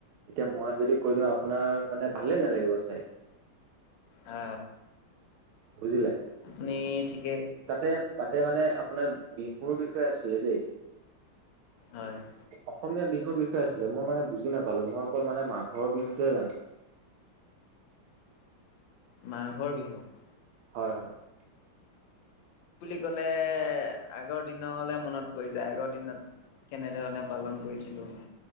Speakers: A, on the right; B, on the left.
A: এতিয়া মই যদি কৈ দিওঁ আপোনাৰ মানে ভালে নালাগিব চাই।
B: অ।
A: বুজিলে?
B: আপুনি ঠিক <inaudible>
A: তাতে-তাতে মানে আপোনাৰ বিহুৰ বিষয়ে আছিলে দেই <inaudible>
B: হয় <unintelligible>
A: অসমীয়া বিহুৰ বিষয়ে আছিলে। মই মানে বুজি নাপালো মই অকল মানে মাঘৰ বিহুতোহে জানো। <unintelligible>
B: মাঘৰ বিহু <inaudible>
A: হয়-হয় <unintelligible>
B: বুলি ক'লে আগৰ দিনলৈ মনত পৰি যায় আগৰ দিনত <inaudible> কেনেধৰণে পালন কৰিছিলোঁ। <inaudible>